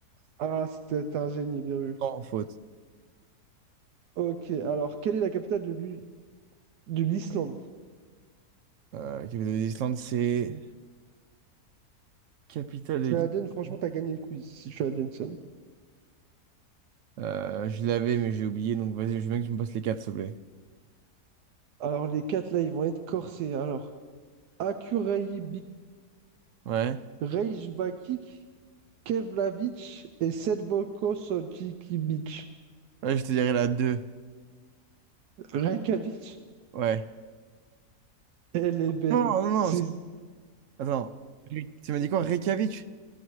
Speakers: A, on the right; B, on the right.
A: Ah, c'était un génie, bien vu.
B: Sans faute.
A: Ok, alors, quelle est la capitale de l'U- de l'Islande?
B: Euh, capitale de l'Islande, c'est... Capitale de
A: Tu
B: l'Islande.
A: la donnes, franchement, t'as gagné le quiz, si tu la donnes ça.
B: Euh, je l'avais, mais j'ai oublié, donc vas-y, je veux bien que tu me passes les quatre, s'il te plaît.
A: Alors, les quatre, là, ils vont être corsés. Alors, Akureyri
B: Ouais.
A: Reykjavik, Keflavik et Selvokosotikivik.
B: Ouais, je te dirais la deux
A: Reykjavik,
B: Ouais.
A: elle est belle.
B: Non, non, non.
A: C'est...
B: c'est- Attends. Oui. Tu m'as dit quoi? Reykjavik?